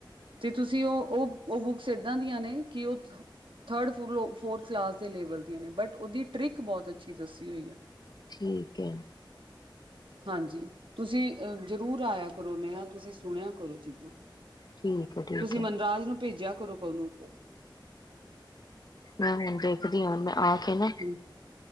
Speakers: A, on the right (about 85°); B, on the left (about 55°).
A: ਤੇ ਤੁਸੀਂ ਓ-ਓ, ਓ ਬੁਕਸ ਇਦਾਂ ਦੀਆਂ ਨੇ ਕਿ ਓ ਥਰਡ ਫਲੋ ਫੋਰਥ ਕਲਾਸ ਲੇਵਲ ਦੀਆਂ ਨੇ, ਬਟ ਉਹਦੀ ਟ੍ਰਿਕ ਬੋਤ ਅਛੀ ਦੱਸੀ ਹੋਈ ਐ।
B: ਠੀਕ ਏ।
A: ਹਾਂਜੀ, ਤੁਸੀ ਅ ਜ਼ਰੂਰ ਆਇਆ ਕਰੋ ਨੇਹਾ, ਤੁਸੀ ਸੁਣਿਆ ਕਰੋ ਚੀਜ਼ਾਂ।
B: ਠੀਕ ਹੈ ਠੀਕ
A: ਤੁਸੀ
B: ਹੈ
A: ਮਨਰਾਜ ਨੂੰ ਭੇਜਿਆ ਕਰੋ ਪਵਨੂਰ ਕੋਲ
B: ਮੈਂ ਹੁਨ ਦੇਖਦੀ ਆਂ ਮੈਂ ਆ ਕੇ ਨਾ
A: ਹੂੰ,